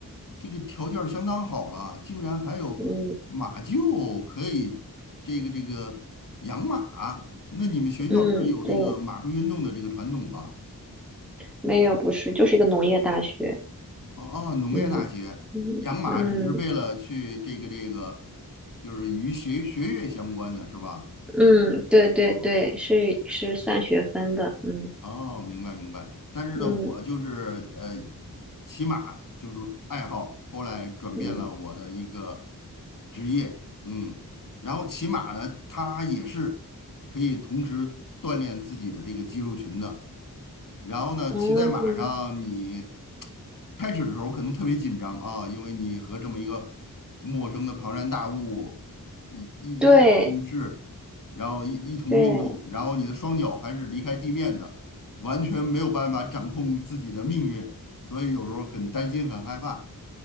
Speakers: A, on the left (about 60°); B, in the centre.
A: 这个条件儿相当好了，竟然还有马厩可以这个这个养马啊，
B: 嗯
A: 那你们学校是有这个马术运动的这个传统吧？
B: 嗯，对，没有，不是，就是一个农业大学。
A: 哦，农业大学养马只是为了去这个这个，
B: 嗯嗯嗯。
A: 就是与学学业相关的是吧？
B: 嗯，对对对，
A: 哦
B: 是是算学分的，嗯
A: 哦，明白明白。但是呢，
B: 嗯
A: 我就是呃，骑马就是爱好，后来转变了我的一个
B: 嗯，
A: 职业，嗯。然后骑马呢，它也是可以同时锻炼自己的这个肌肉群的。然后呢，
B: 哦，
A: 骑在马上，你开始的时候可能特别紧张啊，因为你和这么一个陌生的庞然大物一一一起共事，
B: 对
A: 然后一一同运动，
B: 对，
A: 然后你的双脚还是离开地面的，完全没有办法掌控自己的命运，所以有时候很担心，很害怕。